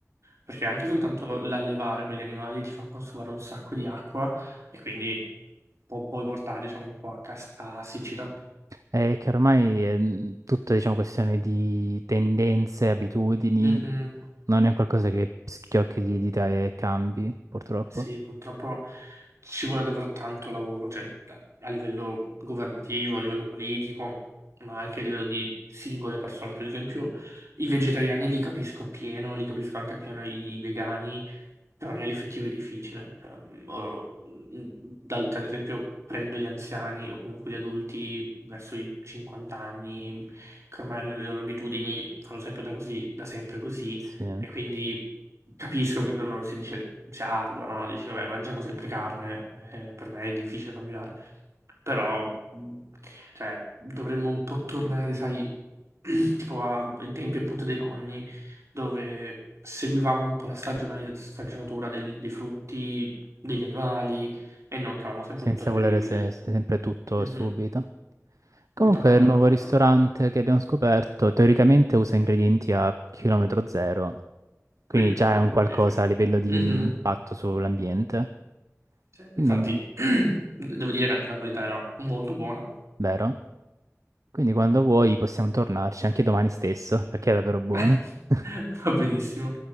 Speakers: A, on the right; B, on the right.
A: Perché anche soltanto l'allevare con gli animali ti fa consumare un sacco di acqua e quindi può poi portare, diciamo, un po' a, cas- a siccità.
B: È che ormai è mh, tutta, diciamo, questione di tendenze, abitudini.
A: Mhm.
B: Non è qualcosa che schiocchi di dita e cambi, purtroppo.
A: Sì, purtroppo ci vuole davvero tanto lavoro, cioè a a livello governativo, a livello politico, ma anche a livello di singole persone. Cioè, ad esempio, i vegetariani li capisco appieno, li capisco anche appieno i vegani, però nell'effettivo è difficile. Cioè, mh, o- mh, dal- cioè, ad esempio, prendo gli anziani o comunque gli adulti verso i 50 anni, che ormai hanno le loro abitudini, fanno sempre da così, da sempre così,
B: Sì,
A: e quindi capisco che per loro si dice, sia ardua, no? Dici, vabbè, mangiamo sempre carne, eh, per me è difficile cambiare. Però, mh, cioè, dovremmo un po' tornare, sai, <clears throat> tipo a- ai tempi appunto dei nonni, dove seguivamo un po' la stagionali- stagionatura del- dei frutti, degli animali, e non che avevamo sempre
B: senza
A: tutto reperibile.
B: volere se- se- sempre tutto
A: Mhm.
B: e subito. Comunque,
A: Purtroppo quello
B: il nuovo
A: è un po'
B: ristorante
A: un problema.
B: che abbiamo scoperto teoricamente usa ingredienti a chilometro zero, quindi
A: Quindi
B: già
A: buono,
B: è un qualcosa
A: sì, sì.
B: a livello di
A: Mhm.
B: impatto sull'ambiente.
A: Sì, Infatti,
B: Quindi,
A: <clears throat> devo dire che anche la qualità era molto buona.
B: vero? Quindi quando vuoi possiamo tornarci anche domani stesso, perché è davvero buono.
A: <laughs>
B: <laughs>
A: Va benissimo.